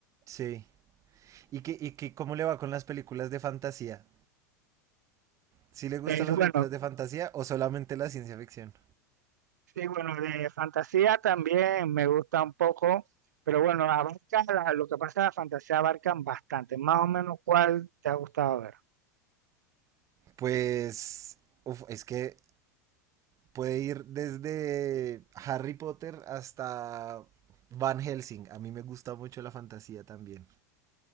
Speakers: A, on the right; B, on the right.
A: Sí. ¿Y, qué, y qué, cómo le va con las películas de fantasía? ¿Si ¿Sí le gustan
B: Eh,
A: las
B: bueno,
A: películas de fantasía o solamente la ciencia ficción?
B: sí, bueno, de fantasía también me gusta un poco, pero bueno, abarca la- lo que pasa en la fantasía abarcan bastante. Más o menos, ¿cuál te ha gustado ver?
A: Pues, uf, es que Puede ir desde Harry Potter hasta Van Helsing. A mí me gusta mucho la fantasía también.